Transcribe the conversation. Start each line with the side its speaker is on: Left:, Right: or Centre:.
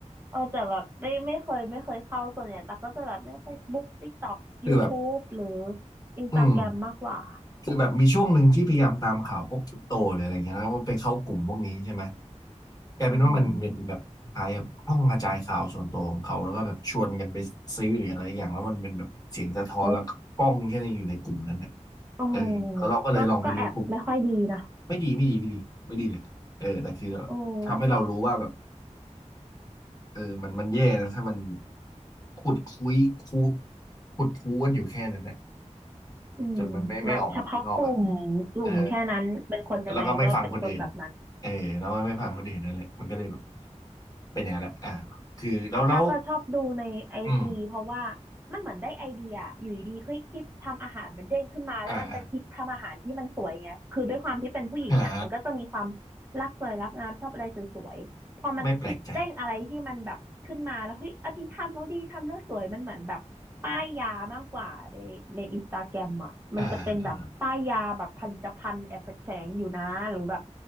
Right: เออแต่แบบไม่ไม่เคยไม่เคยเข้าส่วนใหญ่แต่กก็จะแบบเนี่ย Facebook TikTok
Left: คือแบบ
Right: YouTube หรือ Instagram
Left: อืม
Right: มมากกว่า
Left: คือแบบมีช่วงหนึ่งที่พยายามตามข่าวพวกคริปโตหรืออะไรอย่างเงี้ยแล้วก็ไปเข้ากลุ่มพวกนี้ใช่ไหม กลายเป็นว่ามันเป็นแบบคล้ายๆแบบห้องกระจายข่าวส่วนตัวของเขาแล้วก็แบบชวนกันไปซื้อหรืออะไรอย่างแล้วมันเป็นแบบเสียงสะท้อนแล้วก็กล้องแค่นี้อยู่ในกลุ่มนั้นเนี่ย
Right: อืมเอ๊ะอ๋อ
Left: เออแล้วเราก็เลยลองไปดูกลุ่ม
Right: ก็ก็แอบไม่ค่อยดีนะ
Left: ไม่ดีไม่ดีไม่ดีไม่ดีเลยเออแต่คือ
Right: โอ้
Left: ทำให้เรารู้ว่าแบบเออมันมันแย่นะถ้ามันขุดคุยคูขุดคูกันอยู่แค่นั้นเนี่ย
Right: อืมแบบเฉพาะกลุ่ม
Left: จนมันไม่ไม่ออกมาข้างนอกอ่ะ
Right: กลุ่มแค่นั้นเป็นคนยังไงก็เป็นคนแบบนั้น
Left: เออแล้วก็ไม่ฟังคนอื่นเออแล้วไม่ฟังคนอื่นนั่นแหละมันก็เลยแบบ
Right: อ๋อ
Left: เป็นอย่างนั้นแหละอ่ะคือแล้วแล้ว
Right: ตั๊กอะชอบดูในไอจีเพราะว่า
Left: อืม
Right: มันเหมือนได้ไอเดียออยู่ดีๆเฮ้ยคลิปทำอาหารมันเด้งขึ้นมาแล้วมันเป็นคลิปทำอาหารที่มันสวยไงคือด้วยความที่เป็นผู้หญิงอ่ะมันก็จะมีความ
Left: อ่าอ่า
Right: รักสวยรักงามชอบอะไรสวยๆพอมันคลิปเด้งอะไรที่มันแบบขึ้นมาแล้วเฮ้ยอันนี้ทำแล้วดีทำแล้วสวยมันเหมือนแบบป้ายยามากกว่าในในอินสตาแกรมอ่ะมันจะเป็นแบบป้ายยาแบบผลิตภัณฑ์แอบแฝงอยู่นะหรือแบบ
Left: ไม่แปลกใจอ่าอ